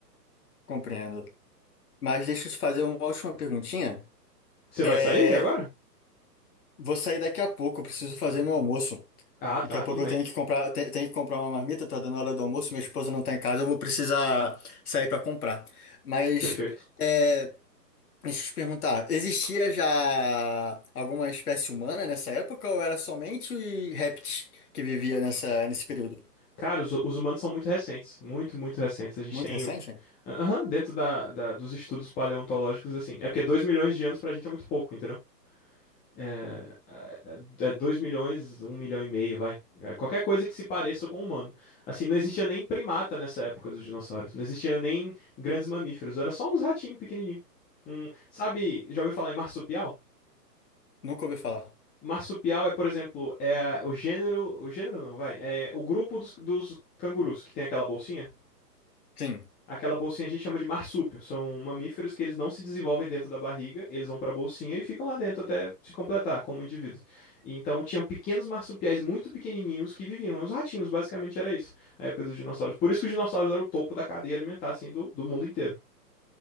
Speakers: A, on the left; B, on the left.
A: compreendo. Mas deixa eu te fazer uma última perguntinha.
B: Você
A: É,
B: vai sair agora?
A: vou sair daqui a pouco, eu preciso fazer meu almoço.
B: Ah, tá,
A: Daqui a
B: tudo
A: pouco
B: bem.
A: eu tenho que comprar, te- tenho que comprar uma marmita, tá dando hora do almoço, minha esposa não tá em casa, eu vou precisar sair para comprar. Mas
B: Perfeito.
A: é, deixa eu te perguntar, existia já alguma espécie humana nessa época ou era somente répteis que vivia nessa, nesse período?
B: Cara, os, os humanos são muito recentes, muito, muito recentes. A gente
A: Muito
B: tem
A: recente?
B: o... Aham, dentro da, da- dos estudos paleontológicos, assim. É porque 2 milhões de anos pra gente é muito pouco, entendeu? É, é, 2 milhões, um milhão e meio, vai. É, qualquer coisa que se pareça com o humano. Assim, não existia nem primata nessa época dos dinossauros. Não existia nem grandes mamíferos. Era só uns ratinhos pequenininhos. Um, sabe, já ouviu falar em marsupial?
A: Nunca ouvi falar.
B: Marsupial é, por exemplo, é o gênero. O gênero não, vai. É o grupo dos, dos cangurus, que tem aquela bolsinha.
A: Sim.
B: Aquela bolsinha a gente chama de marsúpio. São mamíferos que eles não se desenvolvem dentro da barriga, eles vão pra bolsinha e ficam lá dentro até se completar como indivíduo. Então tinham pequenos marsupiais muito pequenininhos que viviam. Os ratinhos, basicamente era isso, a época dos dinossauros. Por isso que os dinossauros eram o topo da cadeia alimentar, assim, do, do mundo inteiro.